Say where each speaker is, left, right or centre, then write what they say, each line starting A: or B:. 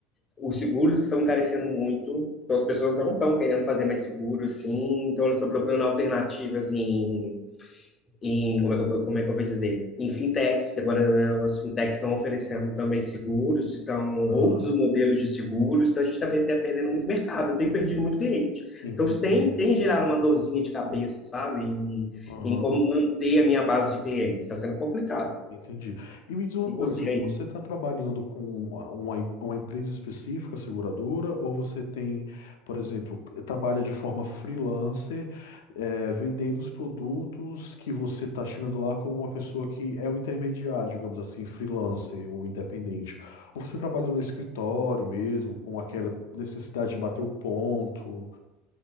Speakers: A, on the left (about 30°); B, on the left (about 85°).
A: os seguros estão encarecendo muito, então as pessoas não estão querendo fazer mais seguro, assim, então eles estão procurando alternativas em em como é que eu, vou- como é que eu vou dizer? Em fintechs, que agora né, as fintechs estão oferecendo também seguros, estão
B: Aham,
A: outros modelos de seguros, então a gente está até perdendo muito mercado, eu tenho perdido muito cliente.
B: entendi.
A: Então isso tem, tem gerado uma dorzinha de cabeça, sabe? Em,
B: Aham.
A: em como manter a minha base de clientes. Está sendo complicado.
B: Entendi. E me diz uma
A: E
B: coisa,
A: você
B: você
A: aí?
B: está trabalhando com uma, uma uma empresa específica, seguradora, ou você tem, por exemplo, trabalha de forma freelancer, eh, vendendo os produtos que você está chegando lá como uma pessoa que é o intermediário, digamos assim, freelancer ou independente? Ou você trabalha no escritório mesmo, com aquela necessidade de bater o ponto?